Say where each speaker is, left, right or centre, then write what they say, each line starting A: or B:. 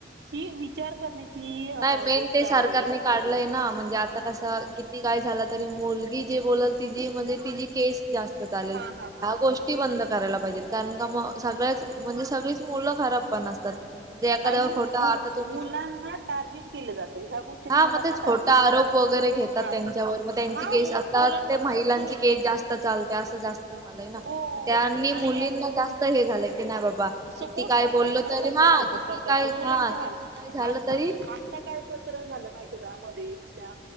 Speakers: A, on the right (about 75°); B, on the right (about 20°).
A: ही विचार करण्याची
B: नाही मेन
A: गोष्ट
B: ते
A: आहे.
B: सरकारने काढलंय ना म्हणजे आता कस किती काय झाला तरी मुलगी जे बोलल तिजी म्हणजे तिजी केस जास्त चालेल
A: हा हा हा
B: ह्या गोष्टी बंद करायला पाहिजेत. कारण का मग सगळ्याच म्हणजे सगळीच मुलं खराब पण नसतात. म्हणज एखाद्यावर
A: नाही नाही
B: खोटा
A: मुल
B: आता तुम्ही
A: मुलांना टार्गेट केलं जातं ह्या गोष्टीत
B: हा
A: मुलांना
B: मग तेच
A: टार्गेट
B: खोटा आरोप वरे घेतात
A: हा
B: त्यांच्यावर म त्यांची
A: हा
B: केस
A: मुलांवर
B: आता महिलां
A: तुम्ही
B: केस जास्त चालते अस जास्त झालय.
A: हो
B: त्यांनी
A: आणि
B: मुलींना जास्त हे झालंय. कि नाही बाबा
A: सपोर्ट
B: किती काय
A: करतायत
B: बोलल
A: ना
B: तरी
A: सरकार
B: हा
A: सपोर्ट
B: किती
A: करतायत
B: काय
A: तर मुलांचे
B: हा
A: हाल
B: किती काय झालं
A: आता
B: तरी
A: आता काय प्रकरण झालं माहिती आहे का